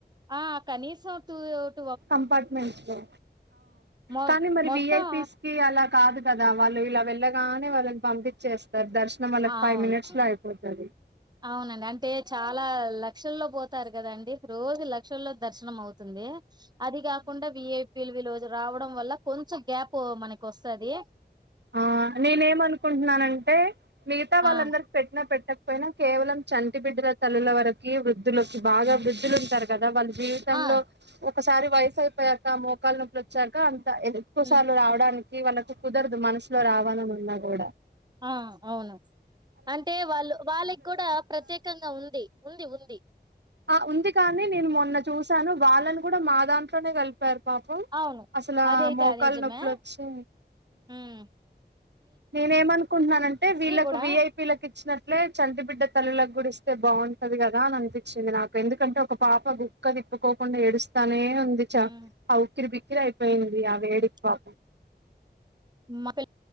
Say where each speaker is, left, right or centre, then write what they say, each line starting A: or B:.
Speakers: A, on the right (about 25°); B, on the right (about 80°).
A: ఆ కనీసం త్వో
B: కంపార్ట్మెంట్ లో
A: మొ
B: కానీ మరి
A: మొత్తం
B: విఐపీస్ కి అలా కాదు కదా వాళ్ళు ఇలా వెళ్ళగానే వాళ్ళని పంపించేస్తారు దర్శనం వాళ్ళకి
A: అవును
B: ఫైవ్ మినిట్స్ లో అయిపోతది
A: అవునండి అంటే చాలా లక్షల్లో పోతారు కదాండి రోజు లక్షల్లో దర్శనం అవుతుంది అది కాకుండా విఐపిల్ విలు రావడం వల్ల కొంచెం గ్యాప్ మనకి వస్తుది
B: ఆ నేనే ఏమనుకుంటున్నానంటే మిగతా వాళ్ళందరి
A: ఆ!
B: పెట్టినా పెట్టకపోయినా కే కేవలం చంటి బిడ్డల తల్లుల వరకి వృద్ధులకి బాగా
A: ఆ!
B: వృద్ధులు ఉంటారు కదా వాళ్ళు జీవితంలో
A: ఆ!
B: ఒకసారి వయసు అయిపోయాక మోకాల నొపులు వచ్చాక ఎక్కువ
A: హ్మ్.
B: సార్లు రావడానికి వాళ్ళకి కుదరదు మనసులో రావాల ఉన్నా కూడా
A: ఆ అవును అంటే వాళ్ వాళ్ళకి కూడా ప్రత్యేకంగా ఉంది ఉంది ఉంది
B: ఆ ఉంది కాని నేను మొన్న చూసాను వాళ్ళని కూడా మా దాంట్లోనే కలిపారు పాపం
A: అవును.
B: అసలు
A: అదైతే
B: మోకాలు
A: అది నిజమే.
B: నొప్పులు వచ్చి
A: హ్మ్.
B: నేనే ఏమనుకుంటున్నానంటే వీళ్ళకు
A: గూడా
B: విఐపీలకు ఇచ్చిన అట్లే చంటిబిడ్డ తల్లకు గుడిస్తే బాగుంటది కదా అని అనిపించింది నాకు ఎందుకంటే ఒక పాప గుక్కదిప్ తప్పుకోకుండా ఏడుస్తానే ఉంది చ
A: హ్మ్.
B: ఆ ఉక్కిరి బిక్కిరి అయిపోయింది ఆ వేడికి పాపం
A: హ్మ్. మా ప